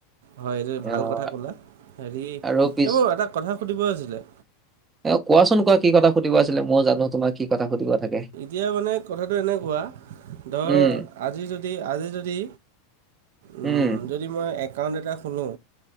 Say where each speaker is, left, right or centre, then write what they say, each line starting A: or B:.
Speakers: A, on the right; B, on the right.
A: হয়, এইটোৱে
B: অ',
A: ভাল কথা ক'লা। হেৰি এই
B: আৰু পিছ
A: মোৰ এটা কথা সুধিব আছিলে।
B: এ কোৱাচোন কোৱা কি কথা সুধিব আছিলে। মই জানো তোমাক কি কথা সুধিব থাক
A: এতিয়া মানে কথাটো এনেকুৱা ধৰ
B: উম,
A: আজি যদি আজি যদি উ
B: উম,
A: যদি মই একাউণ্ট এটা খোলো